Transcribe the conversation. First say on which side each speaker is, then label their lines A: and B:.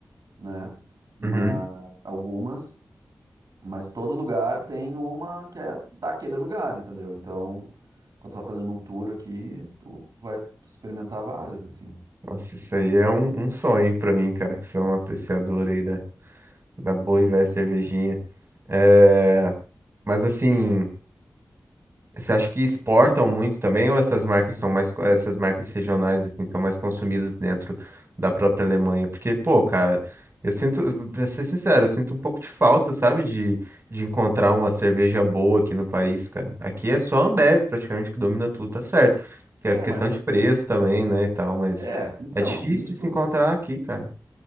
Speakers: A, on the right (about 85°); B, on the right (about 45°).
A: né? Mas
B: Uhum.
A: algumas. Mas todo lugar tem uma que é daquele lugar, entendeu? Então, quando tu vai fazendo um tour aqui, tu vai experimentar várias, assim.
B: Nossa, isso aí é um, um sonho pra mim, cara, que sou um apreciador aí da, da boa
A: Sim.
B: e velha cervejinha. É, mas assim. Você acha que exportam muito também, ou essas marcas são mais, co- essas marcas regionais assim são mais consumidas dentro da própria Alemanha? Porque, pô, cara, eu sinto, pra ser sincero, eu sinto um pouco de falta, sabe, de, de encontrar uma cerveja boa aqui no país, cara. Aqui é só a Ambev praticamente que domina tudo, tá certo? Que
A: É,
B: é questão
A: mas é
B: de
A: que.
B: preço também, né, e tal, mas
A: É, então,
B: é difícil
A: isso
B: de se encontrar aqui, cara.